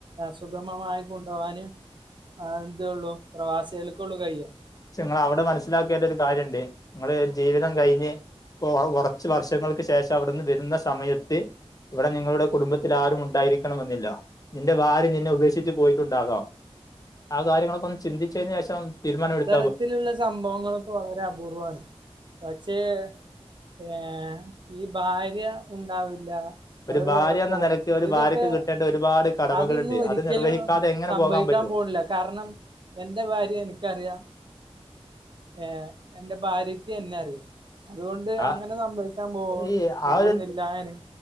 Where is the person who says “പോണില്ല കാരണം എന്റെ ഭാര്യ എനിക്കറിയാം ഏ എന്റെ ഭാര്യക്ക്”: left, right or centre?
Right